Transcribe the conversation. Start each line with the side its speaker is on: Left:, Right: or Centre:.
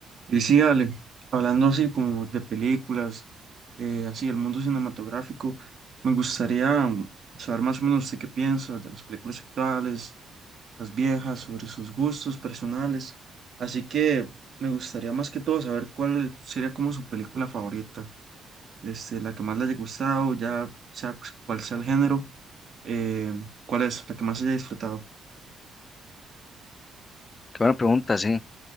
Right: Y sí, Ale, hablando así como de películas, eh, así el mundo cinematográfico, me gustaría mm, saber más o menos usted qué piensa de las películas actuales, las viejas, sobre sus gustos personales. Así que me gustaría más que todo saber cuál sería como su película favorita, este, la que más le haya gustado, ya sea cuál sea el género, eh, cuál es la que más haya disfrutado.
Left: Qué buena pregunta, sí.